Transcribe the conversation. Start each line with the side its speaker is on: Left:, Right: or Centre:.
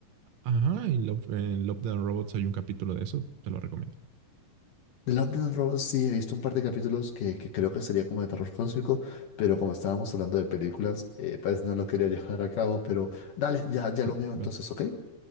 Right: Ajá, en Love, en Love, the Robots hay un capítulo de eso, te lo recomiendo.
Left: The Love, Death and Robots sí he visto un par de capítulos que, que creo que sería como de terror cósmico, pero como estábamos hablando de películas, eh, pues no lo quería <laughs> llevar a cabo, pero dale, ya, ya
Right: <laughs>
Left: lo veo entonces, ¿ok?